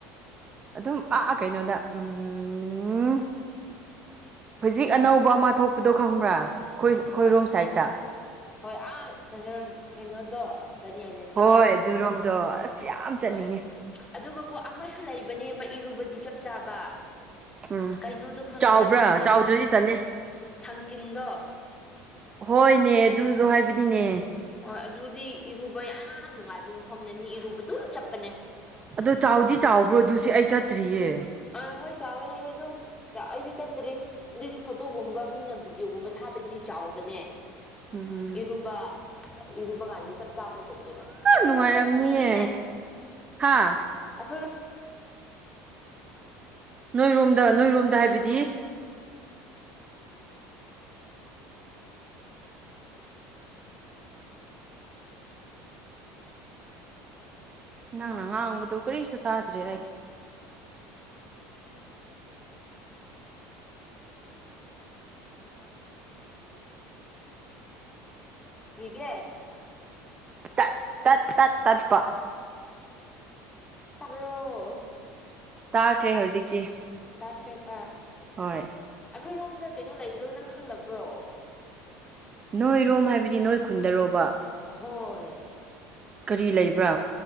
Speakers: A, on the right (about 25°); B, on the left (about 15°).
A: ꯑꯗꯨꯝ ꯑ ꯀꯩꯅꯣꯗ ꯎꯝ ꯍꯧꯖꯤꯛ ꯑꯅꯧꯕ ꯑꯃ ꯊꯣꯛꯄꯗꯣ ꯈꯪꯕ꯭ꯔꯥ ꯑꯩꯈꯣꯏ ꯑꯩꯈꯣꯏ
B: ꯑꯥ
A: ꯔꯣꯝ ꯁꯥꯏꯗꯠꯇ
B: ꯍꯣꯏ ꯑꯥ ꯀꯩꯅꯣꯗꯣ ꯕꯅꯤ ꯑꯥꯏꯂꯦꯟꯗꯣ
A: ꯍꯣꯏ ꯑꯗꯨꯔꯣꯝꯗꯣ ꯑꯁ ꯌꯥꯝ ꯆꯠꯅꯤꯡꯉꯦ
B: ꯍꯣꯏ ꯑꯗꯨꯒ ꯀꯣ ꯑꯃꯁꯨ ꯂꯩꯕꯅꯦꯕ ꯏꯔꯨꯕꯗꯤ ꯆꯞ ꯆꯥꯕ
A: ꯎꯝ
B: ꯀꯩꯅꯣꯗꯣ ꯈꯪꯕ꯭ꯔꯥ
A: ꯆꯥꯎꯕ꯭ꯔꯥ
B: ꯊꯥꯡꯀꯤꯟ
A: ꯆꯥꯎꯗ꯭ꯔꯗꯤ ꯇꯜꯂꯦ
B: ꯊꯥꯡꯀꯤꯟꯗꯣ
A: ꯍꯣꯏꯅꯦ ꯑꯗꯨꯗꯣ ꯍꯥꯏꯕꯗꯤꯅꯦ
B: ꯍꯣꯏ ꯑꯗꯨꯗꯤ ꯏꯔꯨꯕ ꯌꯥꯝ ꯅꯨꯡꯉꯥꯏꯕ ꯃꯐꯝꯅꯦ ꯃꯤ ꯏꯔꯨꯕ ꯑꯗꯨꯝ ꯆꯠꯄꯅꯦ
A: ꯑꯗꯣ ꯆꯥꯎꯗꯤ ꯆꯥꯎꯕ꯭ꯔꯣ ꯑꯗꯨꯁ ꯑꯩ ꯆꯠꯇ꯭ꯔꯤꯌꯦ
B: ꯑ ꯍꯣꯏ ꯆꯥꯎꯋꯦ ꯍꯌꯦꯡ ꯑꯗꯨꯝ ꯑꯩꯁꯨ ꯆꯠꯇ꯭ꯔꯤ ꯑꯗꯨꯏꯁꯨ ꯐꯣꯇꯣꯒꯨꯝꯕ ꯃꯤꯅ ꯕꯤꯤꯗꯤꯑꯣꯒꯨꯝꯕ ꯊꯥꯕꯗꯗꯤ ꯆꯥꯎꯕꯅꯦ
A: ꯎꯝ
B: ꯏꯕ ꯏꯗꯨꯕꯒꯥꯟꯗ ꯆ ꯆꯥꯕ ꯀꯧꯕꯗꯣ ꯑꯩꯈꯣꯏ
A: ꯅꯨꯡꯉꯥꯏꯔꯝꯅꯤꯌꯦ
B: ꯔꯨꯝꯝꯗ ꯄꯨꯕꯤꯒꯦꯅꯦ
A: ꯍꯥ
B: ꯑꯩꯈꯣꯏ
A: ꯅꯣꯏꯔꯣꯝꯗ ꯅꯣꯏꯔꯣꯝꯗ ꯍꯥꯏꯕꯗꯤ ꯅꯪꯅ ꯉꯥꯡꯕꯗꯨ ꯀꯔꯤꯁꯨ ꯇꯥꯗ꯭ꯔꯦ ꯑꯩ
B: ꯍꯧꯒꯦ
A: ꯇ ꯇ ꯇꯠꯄ
B: ꯇꯣ
A: ꯇꯥꯈ꯭ꯔꯦ ꯍꯧꯖꯤꯛꯇꯤ
B: ꯇꯥꯛꯈ꯭ꯔꯦꯕ ꯑꯩꯈꯣꯏꯔꯣꯝꯗ
A: ꯍꯣꯏ
B: ꯀꯩꯅꯣ ꯂꯩꯕꯗꯣ ꯅꯪ ꯈꯪꯗꯕ꯭ꯔꯣ
A: ꯅꯣꯏꯔꯣꯝ ꯍꯥꯏꯕꯗꯤ ꯅꯣꯏ ꯈꯨꯟꯗꯔꯣꯕ
B: ꯍꯣꯏ
A: ꯀꯔꯤ ꯂꯩꯕ꯭ꯔꯥ